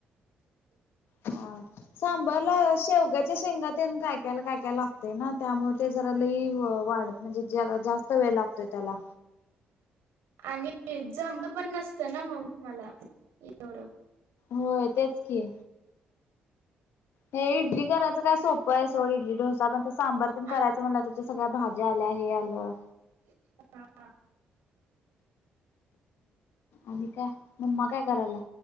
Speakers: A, on the left; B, on the right.
A: हा. सांबरला शेवग्याच्या शेंगा तेन काय काय काय काय लागतंय ना? त्यामुळे ते जरा लई व-वाढत म्हणजे ज्याला जास्त वेळ लागतोय त्याला.
B: आणि एक्झाम ला पण नसतं ना मग मला एवढं.
A: होय तेच की. हे इडली करायचं काय सोपं आहे सोड इडली डोसा पण ते सांबर पण
B: आ-
A: करायं म्हणल तर सगळ्या भाज्या आल्या हे आलं.
B: <inaudible> हां हां.
A: आंबिका मम्मा काय करायला?